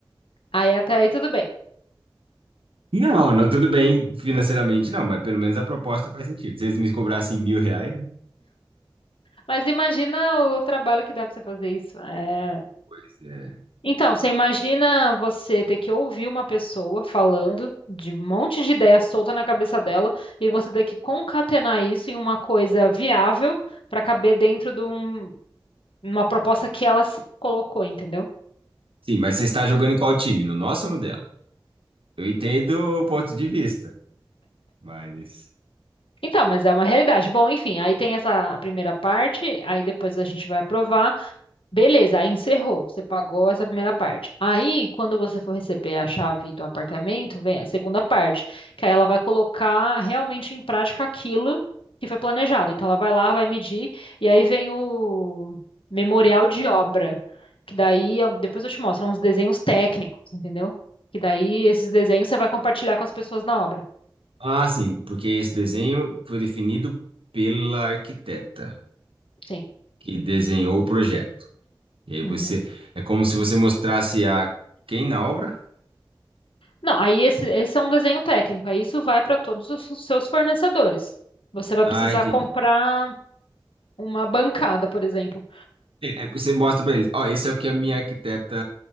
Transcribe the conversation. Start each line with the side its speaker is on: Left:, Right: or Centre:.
Left: Aí até aí tudo bem.
Right: Não, não, tudo bem financeiramente, não, mas pelo menos a proposta faz sentido. Se eles me cobrassem mil reais,
Left: Mas imagina o trabalho que dá pra você fazer isso. É...
Right: pois é.
Left: Então, você imagina você ter que ouvir uma pessoa falando de um monte de ideia solta na cabeça dela e você ter que concatenar isso em uma coisa viável pra caber dentro de um- uma proposta que ela se colocou, entendeu?
Right: Sim, mas você está jogando em qual time? No nosso ou no dela? Eu entendo o ponto de vista, mas.
Left: Então, mas é uma realidade. Bom, enfim, aí tem essa primeira parte, aí depois a gente vai aprovar. Beleza, aí encerrou. Você pagou essa primeira parte. Aí, quando você for receber a chave do apartamento, vem a segunda parte, que aí ela vai colocar realmente em prática aquilo que foi planejado. Então, ela vai lá, vai medir, e aí vem o memorial de obra, que daí, eu- depois eu te mostro, são uns desenhos técnicos, entendeu? Que daí, esses desenhos você vai compartilhar com as pessoas na obra.
Right: Ah, sim, porque esse desenho foi definido pela arquiteta
Left: Sim.
Right: que desenhou o projeto. E aí você.
Left: Uhum.
Right: É como se você mostrasse a quem na obra?
Left: Não, aí esse, esse é um desenho técnico, aí isso vai para todos os seus fornecedores. Você vai
Right: Ah,
Left: precisar
Right: entendi.
Left: comprar. Uma bancada, por exemplo.
Right: É, é, porque você mostra para eles: ó, esse é o que a minha arquiteta